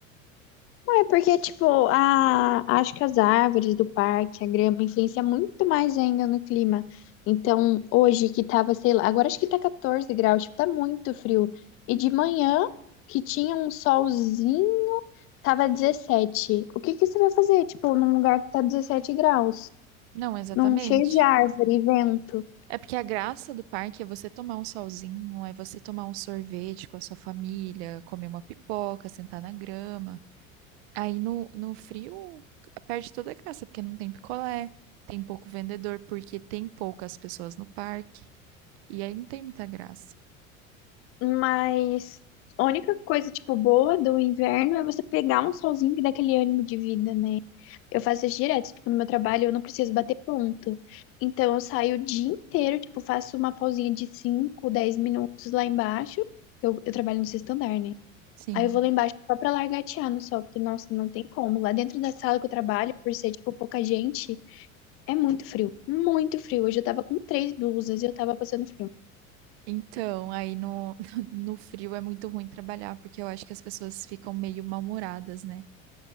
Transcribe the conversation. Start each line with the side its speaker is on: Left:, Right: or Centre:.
Left: Não, é porque, tipo, a, acho que as árvores do parque, a grama, influencia muito mais ainda no clima. Então, hoje que tava, sei lá, agora acho que tá 14 graus, tipo, tá muito frio. E de manhã, que tinha um solzinho, tava 17. O que que você vai fazer, tipo, num lugar que tá 17 graus?
Right: Não, exatamente.
Left: Num cheio de árvore, vento.
Right: É porque a graça do parque é você tomar um solzinho, é você tomar um sorvete com a sua família, comer uma pipoca, sentar na grama. Aí no, no frio perde toda a graça, porque não tem picolé, tem pouco vendedor, porque tem poucas pessoas no parque, e aí não tem muita graça.
Left: Mas a única coisa, tipo, boa do inverno é você pegar um solzinho que dá aquele ânimo de vida, né? Eu faço isso direto, tipo, no meu trabalho eu não preciso bater ponto. Então eu saio o dia inteiro, tipo, faço uma pausinha de 5 10 minutos lá embaixo. Eu, eu trabalho no sexto andar, né?
Right: Sim.
Left: Aí eu vou lá embaixo só pra largatear no sol, porque, nossa, não tem como. Lá dentro da sala que eu trabalho, por ser, tipo, pouca gente, é muito frio. Muito frio. Hoje eu tava com três blusas e eu tava passando frio.
Right: Então, aí no, <laughs> no frio é muito ruim trabalhar, porque eu acho que as pessoas ficam meio mal-humoradas, né?